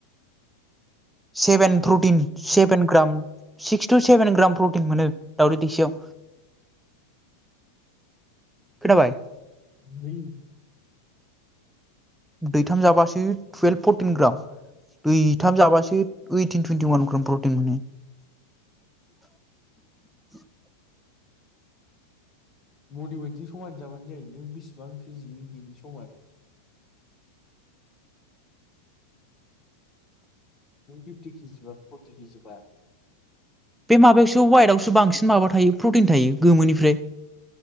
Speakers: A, in the centre; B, on the left (about 20°).
A: सेभेन
B: माया
A: प्रटिन सेभ सिक्स टु बेसेन ग्राम प्रटिन मोनो दावदै दैसेयाव खोनाबाय?
B: उमलै उम
A: दैथाम जाबासो टुयेल्भ फरटिन ग्राम दैथाम जाबासो ओइटिन टुइन्टि अवान ग्राम प्रटिन मोनो।
B: बदि अवेटजों समान जाबानो जायो नों बिसिबां केजि बेनि समान नों फिफथि खिजिबा फरथि खिजिबा
A: बे माबायावसो वाइटआवसो बांसिन माबा थायो प्रटिन थायो गोमोनिफ्राय